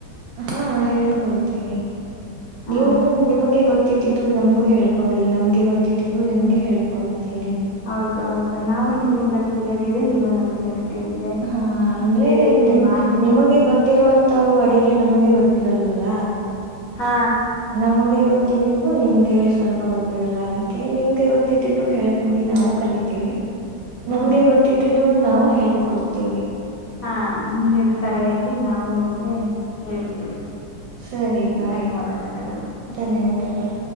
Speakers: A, on the right; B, on the left.
A: ಹಾ ಹೇಳ್ ಕೊಡ್ತೀನಿ
B: ಹಾ
A: ನೀವು ನಿಮಗೆ ಗೊತ್ತಿದ್ದಿದ್ದು ನಮ್ಗೂ ಹೇಳ್ಕೊಡಿ ನಮ್ಗೆ ಗೊತ್ತಿದ್ದಿದು ನಿಮ್ಗೆ ಹೇಳ್ಕೊಡ್ತೀನಿ
B: ಹೌದು ಹೌದು ನಾವು ನಿಮ್ಮಿಂದ ಕಲಿಯೋದಿದೆ ನೀವು ನಮ್ಮಿಂದ ಕಲಿಯೋದಿದೆ
A: ಹಾ ಅಂದ್ರೆ
B: ಬೇರೆ ಬೇರೆ
A: ನಿಮ್
B: ಮಾತೆಲ್ಲ
A: ನಿಮಗೆ ಗೊತ್ತಿರುವಂತವು ಅಡುಗೆ ಎ ನಮಗೆ ಗೊತ್ತಿರಲ್ವಲ್ಲ
B: ಹಾ
A: ನಮಗೆ ಗೊತ್ ಗೊತ್ತಿದ್ದಿದ್ದು ನಿಮ್ಗೆ ಸ್ವಲ್ಪ ಗೊತ್ತಿರಲ್ಲ ಅದಕ್ಕೆ ನಿಮ್ಗೆ ಗೊತ್ತಿದ್ದಿದ್ದು ಹೇಳ್ಕೊಡಿ ನಾವವು ಕಲಿತೀವಿ
B: ಹಾ
A: ನಮ್ಗೆ ಗೊತ್ತಿದ್ದು ನಾವು ಹೇಳ್ಕೊಡ್ತೇವಿ
B: ಹಾ ಮುಂದಿನ ಕರೆಯಲ್ಲಿ ನಾವು ನಿಮ್ಗೆ ಹೇಳ್ತೀವಿ
A: ಸರಿ ಬಾಯ್
B: ಧನ್ಯವಾದಗಳು.
A: ಧನ್ಯವಾದಗಳು